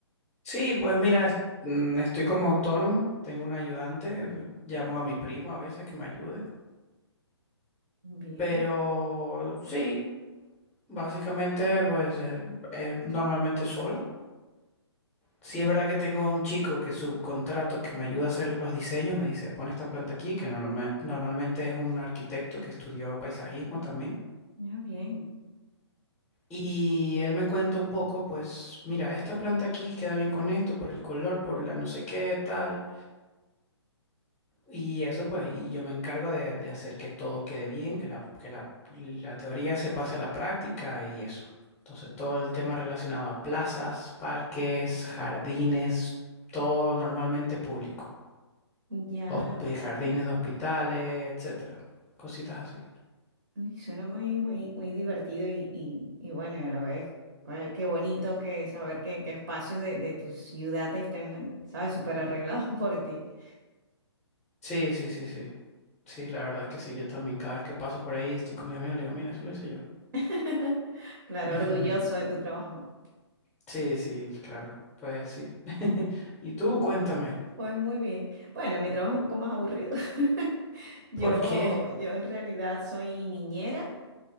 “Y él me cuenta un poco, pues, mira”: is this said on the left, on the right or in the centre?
Centre